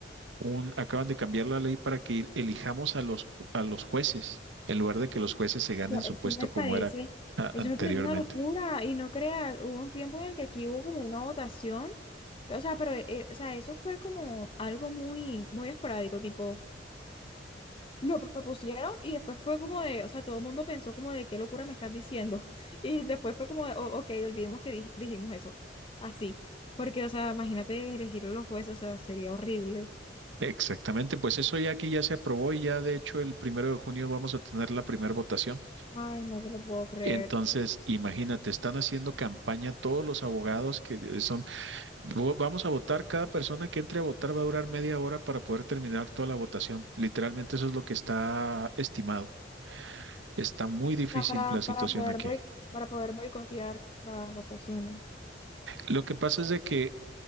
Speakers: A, on the right; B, on the left.
A: un, acaban de cambiar la ley para que elijamos a los, ju- a los jueces, en lugar de que los jueces se ganen su
B: Eso
A: puesto
B: me
A: como
B: parece,
A: era a-
B: eso
A: anteriormente.
B: me parece una locura. Y no creas, hubo un tiempo en el que aquí hubo como una votación. O sea, pero eh, o sea, eso fue como algo muy, muy esporádico, tipo. lo propusieron y después fue como de, o sea, todo el mundo pensó como de qué locura me estás diciendo. <laughs> Y después fue como de, "Oh, ok, olvidemos que dij- dijimos eso. Así. Porque, o sea, imagínate elegir los jueces, o sea, sería horrible.
A: Exactamente, pues eso ya aquí ya se aprobó y ya de hecho el primero de junio vamos a tener la primera votación.
B: Ay, no te lo puedo creer.
A: Entonces,
B: O
A: imagínate, están haciendo campaña todos los abogados que eh, son, "Vo- vamos a votar, cada persona que entre a votar va a durar media hora para poder terminar toda la votación. Literalmente eso es lo que está estimado. Está muy difícil
B: sea, para,
A: la situación
B: para poder
A: aquí.
B: boi- para poder boicotear las votaciones.
A: Lo que pasa es de que,